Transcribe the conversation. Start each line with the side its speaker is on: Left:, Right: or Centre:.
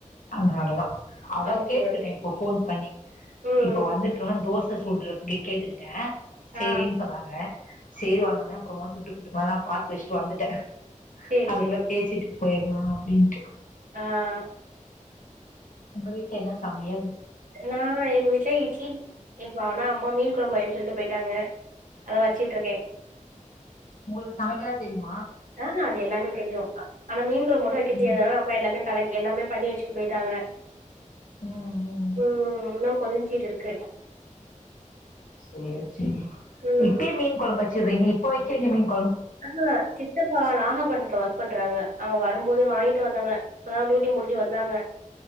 Left: அதனால ட்லதா அதா
Right: ஓகே
Left: கேட்டுக்கிட்ட
Right: ஓகே
Left: இப்போ ஃபோன் பண்ணி
Right: ம்
Left: இப்போ வந்துட்றோ தோச ச சுட்றதுக்கு கேட்டுக்கிட்ட செரினு
Right: ஆ
Left: சொன்னாங்க செரி வந்தோனே அப்புறமா சுட்டு புட்டு பதா தா பாத்து வச்சுட்டு வந்துட் ட்டா
Right: சேரி
Left: அதுகுள்ள பேசிட்டு போயி ல்லா அப்டின்ட்டு
Right: ஆஹ்
Left: உங்க வீட்டுல என்ன சமையல்
Right: நானா எங்க வீட்டுல இட்லி இப்ப ஆனா அம்மா மீன் கொழம்பு வைனு சொல்லிட்டு போயிட்டாங்க அதா வச்சுட்டு இருக்கே
Left: உங்களுக்கு சமைக்கல்ல தெரியு மா
Right: ஆஹ் அது எல்லாமே தெரியு ஆனா மீன் கொழம்பு மட்டு வெக்க
Left: ம்
Right: தெரியதுனால அம்ம எல்லாமே கலக்கி எல்லாமே பண்ணி வெச்சுட்டு போயிட்டாங்க
Left: ம் ம்
Right: உம் இன்னு கொதிச்சிட்டு இருக்கு
Left: சேரி சேரி
Right: ம்
Left: இப்யே மீன் குழம்பு வச்சறீங்க போயிக்கிறீங்க <unintelligible>
Right: ஆஹ் சித்தப்பா நாகாபட்ணத்ல ஒர்க் பண்றாங்க அவங்க வரும்போது வாங்கிட்டு வந்தாங்க இப்பதா டூட்டி முடிஞ்சு வந்தாங்க